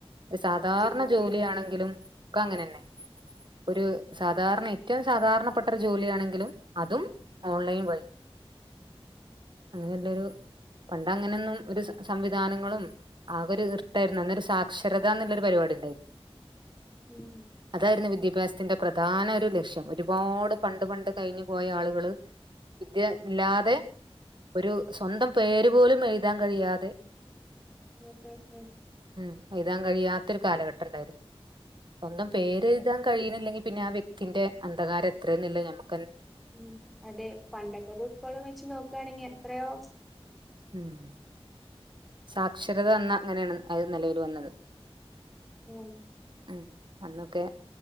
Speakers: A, on the right; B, in the centre.
A: ഒര് സാധാരണ
B: മീഡിയ
A: ജോലിയാണെങ്കിലും ക്കെ അങ്ങനെന്നെ ഒര് സാധാരണെ ഏറ്റവും സാധാരണപ്പെട്ടരു ജോലിയാണെങ്കിലും അതും ഓൺലൈൻ വഴി. അങ്ങനെള്ളെരു പണ്ട് അങ്ങനെന്നും ഒരു സ സംവിധാനങ്ങളും ആകെ ഒരു ഇർ ട്ടായിര്ന്നു. അന്നൊരു സാക്ഷരത എന്ന്ള്ളൊരു പരിപാടി ഇണ്ടായിന്ന്.
B: ഉം
A: അതായിര്ന്നു വിദ്യാഭ്യാസ ത്തിന്റെ പ്രധാന ഒരു ലക്ഷ്യം ഒരുപാട് പണ്ട് പണ്ട് കഴിഞ്ഞു പോയ ആളുകള് വിദ്യ ഇല്ലാതെ ഒരു സ്വന്തം പേര് പോലും എഴുതാൻ കഴിയാതെ
B: ഉം ഉം ഉം.
A: മ് എഴുതാൻ കഴിയാത്തൊരു കാലഘട്ടം ണ്ടായിര്ന്നു. സ്വന്തം പേരെഴുതാൻ
B: ഒരു
A: കയ്ണി ല്ലെങ്കിൽ പി പിന്നെ ആ വ്യക്തിന്റെ അന്ധകാരം എത്രെന്ന്ള്ളെ നമു
B: മ് അതെ പണ്ടത്തതും ഇപ്പളും വെച്ച് നോക്കാണെങ്കി എത്രയോ
A: <unintelligible> സാക്ഷരത അന്ന് അങ്ങനെയാണ് അതിൽ നിലവിൽ വന്നത്
B: മ്
A: ഉം അന്നൊക്കെ